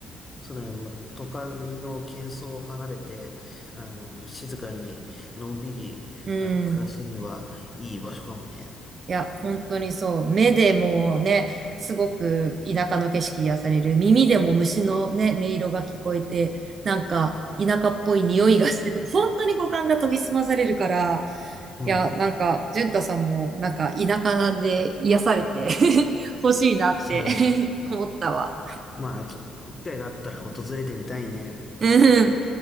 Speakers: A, on the left; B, on the right.
A: そうだね。まあ都会の喧騒を離れて、あの、静かに、のんびり、
B: うん。
A: あの、暮らすにはいい場所かもね。
B: いや、本当にそう。目でもね、すごく田舎の景色癒される。耳でも虫のね、音色が聞こえて、なんか田舎っぽい匂いがしてて、<laughs> 本当に五感が研ぎ澄まされるから、
A: うん。
B: いや、なんか、淳太さんも、なんか、田舎で癒されて <laughs> 欲しいなって
A: そうだね。
B: <laughs> 思ったわ。
A: まあ、き機会があったら訪れてみたいね。
B: うん。